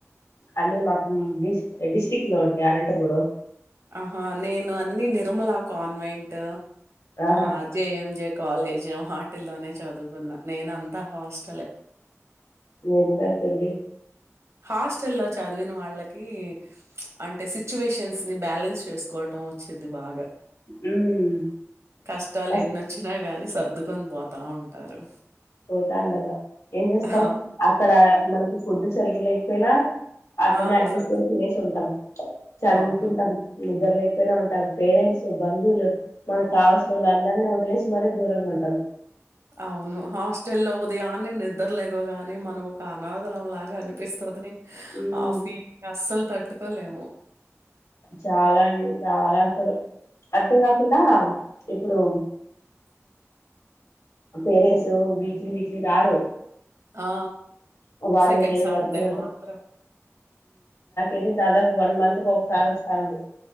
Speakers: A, on the left; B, on the right.
A: అన్న మాకు డి డిస్టిక్ట్ లో అండి అనంతపురం
B: ఆహా నేను అన్ని నిర్మలా కాన్వెంట్
A: ఆహా!
B: ఆ జేఎం జే కాలేజీ వాటిల్లోనే చదువుకున్న నేన అంతా హాస్ట్
A: నంట అకడి <unintelligible>
B: ఫాస్ట్ చల్లో చాదవిన వాళ్లకి ఈ అంటే సిచ్యువేషన్స్ ని బాలన్స్ చేసు కోటం వచ్చేది బాగా
A: హ్మ్.
B: కష్టాలు
A: అస్
B: ఎన్నిచ్చినా కానీ సర్దుకొని పోతా ఉంటారు
A: పోతా ఉండాలా ఏం చేస్తాం.
B: ఆ!
A: అక్కడ మనకి ఫుడ్ సరిగ లేకపోయినా, అట్లనే
B: ఆ!
A: అడ్జస్ట్
B: సత్
A: అయి తినేసి ఉంటాం చదువుతుంటాం.
B: అవును.
A: నిద్దరు లేకపోయినా ఉంటాం పేరెంట్స్, బంధువులు మనకు కావలిసినోళ్లు అందరినీ వదిలేసి మరి దూరంగా ఉంటాం.
B: అవును హాస్టల్ లో ఉదయాన్ని నిద్ర లెగవగానే మనం ఒక అనాదలంలాగా అనిపిస్తుంది.
A: ఉమ్
B: ఆ ఫీలింగ్ అస్సలు తట్టుకోలేము.
A: చాలా అండి చాలా అసలు అంతే కాకుండా ఇప్పుడు పేరెంట్స్ వీక్లీ, వీకీలి రారు.
B: ఆ
A: వాళ్ళకి
B: సెకండ్
A: ఏదో
B: సాటార్డే
A: వర్క్లు
B: మాత్రం
A: ఇది దాదాపు వన్ మంత్ కు ఒకసారి వస్తాంది.